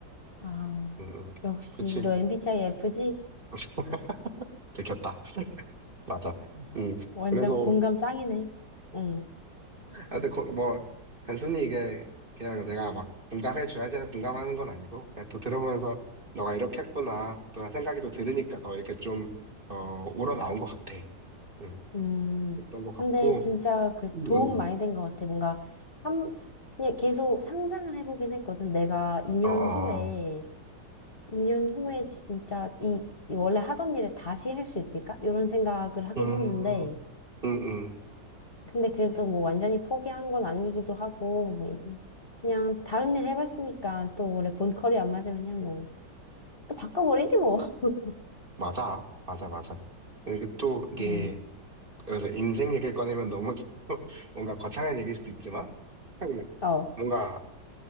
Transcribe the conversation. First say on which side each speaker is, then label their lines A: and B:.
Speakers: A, on the left (about 35°); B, on the right (about 30°).
A: 아.
B: 음, 음.
A: 역시,
B: 그치.
A: 너 MBTI F지?
B: <laughs> 들켰다. <laughs> 맞아. 음,
A: 완전
B: 그래서,
A: 공감 짱이네. 응.
B: 하여튼, 거- 뭐, 단순히 이게 그냥 내가 막 공감해줘야 돼서 공감하는 건 아니고, 그냥 또 들어보면서 너가 이렇게 했구나. 또 생각이 또 들으니까 더 이렇게 좀, 어, 우러나온 것 같아. 음,
A: 음.
B: 그랬던 것 같고,
A: 근데 진짜 그
B: 음,
A: 도움 많이
B: 음.
A: 된 것 같아. 뭔가 한 그냥 계속 상상을 해보긴 했거든. 내가 2년
B: 어, 어.
A: 후에 2년 후에 진짜 이이 원래 하던 일을 다시 할 수 있을까? 이런 생각을 하긴
B: 음,
A: 했는데
B: 음, 음.
A: 근데 그래도 뭐 완전히 포기한 건 아니기도 하고 뭐 이- 그냥 다른 일 해봤으니까 또 원래 본 컬이 안 맞으면 그냥 뭐 또 바꿔버리지 뭐. <laughs>
B: 맞아. 맞아, 맞아. 그리고 또 이게,
A: 음.
B: 그래서 인생 얘기를 꺼내면 너무 <laughs> 좀 뭔가 거창한 얘기일 수도 있지만, 음,
A: 어.
B: 뭔가